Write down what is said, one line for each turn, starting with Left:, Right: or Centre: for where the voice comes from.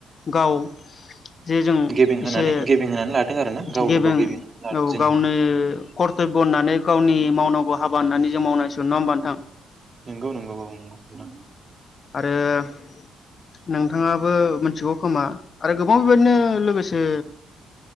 Left: गाव जे जों
Right: गेबें
Left: एसे
Right: होनानै गेबें होनानै लादों आरोना गावनो
Left: गेबें
Right: गाव होनानै लादों
Left: औ
Right: जोंनो
Left: गावनो कर्तब्य होननानै गावनि मावनांगौ हाबा होननानै जों मावनांसिगोन नङा होमबा नोंथां
Right: नंगौ नंगौ औ नंगौ नोंथां
Left: आरो <inaudible> <unintelligible> नोंथाङाबो मिथिगौ खोमा आरो गोबां बेबायदिनो लोगोसे